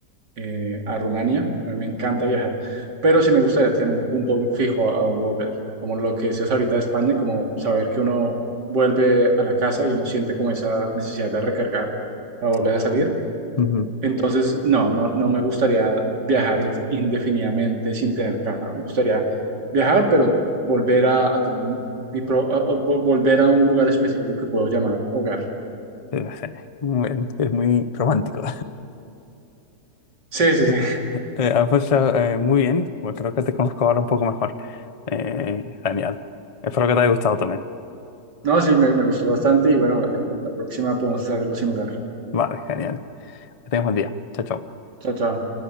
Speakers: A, on the right (about 75°); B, on the left (about 35°).
A: eh, a Rumania. A mí me encanta viajar, pero sí me gustaría tener un punto fijo a, a donde volver. Como lo que decías ahorita de España, como saber que uno vuelve a la casa y uno siente como esa necesidad de recargar para volver
B: Sí.
A: a salir.
B: Ujú.
A: Entonces, no, no, no me gustaría viajar in- indefinidamente sin tener casa. Me gustaría viajar, pero volver a, a tener mi pro- a- a- vol- volver a un lugar específico que puedo llamar hogar.
B: <laughs> Muy bien, es muy romántico.
A: Sí,
B: <laughs>
A: sí, sí. <laughs>
B: Eh, ah, pues, ah, eh, muy bien, pues creo que te conozco ahora un poco mejor. Eh, genial. Espero que te haya gustado también.
A: No, sí, me, me gustó bastante y bueno, la la próxima podemos hacer algo similar.
B: Vale, genial. Que tengas buen día. Chao, chao.
A: Chao, chao.